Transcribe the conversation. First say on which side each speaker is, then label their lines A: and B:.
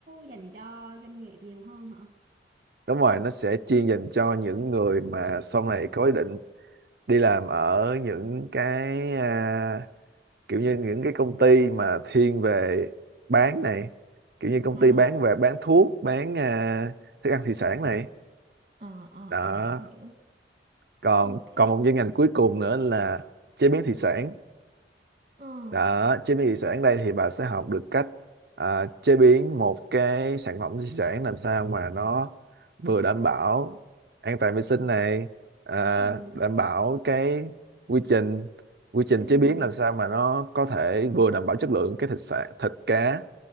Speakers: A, on the right; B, on the right.
A: dành cho doanh nghiệp nhiều hơn hả
B: đúng rồi nó sẽ chuyên dành cho những người mà sau này có ý định đi làm ở những cái à, kiểu như những cái công ty mà thiên về bán này kiểu như công
A: ờ
B: ty bán về bán thuốc bán à, thức ăn thủy sản này
A: ờ ờ
B: đó
A: ờ hiểu
B: còn
A: ok
B: còn một chuyên ngành cuối cùng nữa là chế biến thủy sản
A: ờ
B: đó chế biến thủy sản đây thì bà sẽ học được cách à, chế biến một cái sản phẩm thủy sản làm sao mà nó vừa đảm bảo an toàn vệ sinh này à,
A: ừ
B: đảm bảo cái quy trình quy trình
A: ừ
B: chế biến làm sao mà nó có thể vừa đảm bảo chất lượng cái thịt sản thịt cá